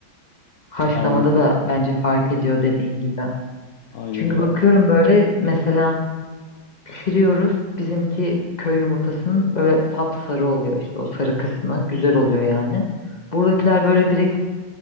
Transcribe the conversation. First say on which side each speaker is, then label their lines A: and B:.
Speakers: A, on the left (about 40°); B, on the left (about 75°).
A: Haşlamada
B: Aynen.
A: da bence fark ediyor dediğin gibi.
B: Aynen
A: Çünkü
B: öyle.
A: bakıyorum böyle mesela Pişiriyoruz. Bizimki köy yumurtasının böyle sapsarı oluyor işte o sarı kısmı. Güzel oluyor yani. Buradakiler böyle direkt